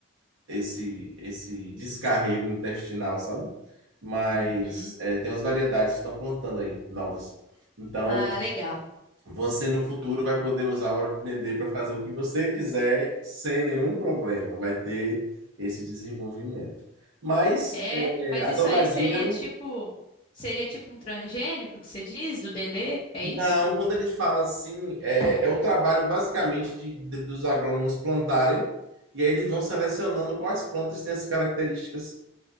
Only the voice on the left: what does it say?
Uhum.
Ah, legal.
É, mas
isso
aí seria
tipo, seria tipo um transgênico que você diz do dendê? É isso?